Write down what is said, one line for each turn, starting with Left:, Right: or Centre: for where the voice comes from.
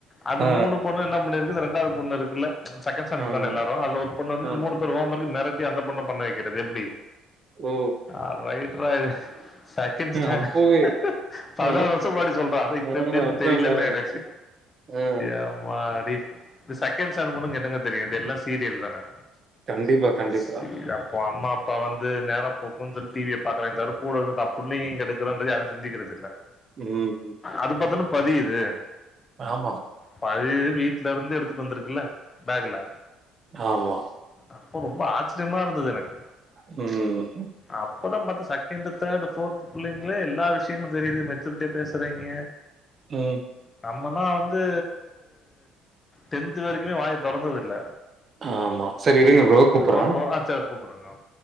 Left: அந்த
Right: ஆ,
Left: மூணு பொண் ணு என்ன பண்ணிருக்கு இந்த ரெண்டாவது பொண்ணு இருக்குல ஸெகண்ட் ஸ்டான்டர்
Right: ஆமா.
Left: தான எல்லாரு அதுல ஒரு
Right: ஆஹா.
Left: ஹோம் ஒர்க் மிரட்டி அந்த பொண்ண பண்ண வைக்கிறது எப்டி
Right: ஓ
Left: ஆ ரைட்ரா இது ஸெகண்ட் ஸ்டான்டட்
Right: அப்பவே.
Left: பதினாறு
Right: ம்.
Left: வருஷ முன்னாடி சொல்ற அத இப்ப
Right: ஆ
Left: எப்டி இருக்குனு
Right: அதான்
Left: தெரிலனு
Right: பாருங்க.
Left: எனக்கு
Right: ஆ.
Left: எம்மாடி இந்த ஸெகண்ட் ஸ்டாண்ட பொண்ணுகு என்னங்க தெரியு இது எல்லா சீரியல் தான
Right: கண்டிப்பா கண்டிப்பா.
Left: சரி அப்போ அம்மா இப்ப வந்து நேர போகுனு சொல்லி டிவிய பாத்துனு இந்தாலு கூட இருந்து தா புள்ளயயும் கெடுக்குரோன்றது யாரு சிந்திக்கறதுல்ல
Right: ம் ம்
Left: அது பாத்தன்னு பதியுது
Right: ஆமா
Left: பழயது வீட்லருந்து எடுத்துட்டு வந்திருகுல்ல பேக்ல
Right: ஆமா
Left: அப்போ ரொம்ப ஆச்ரியமா இருந்துது எனக்கு
Right: ம்
Left: அப்பறம் பாத்த ஸெகண்ட் தேர்டு போர்த் பிள்ளைங்களே எல்லா விஷயங்களு தெரிது மெச்சூரிட்டியா பேசுறீங்க
Right: ம்
Left: நம்மலா வந்து டென்து வரைகுமே வாய தொறந்தது இல்ல
Right: ஆமா சரி வைங்க ப்ரோ கூப்பட்றான்
Left: ஓ ஓ ஆ சரி கூப்பட்றங்க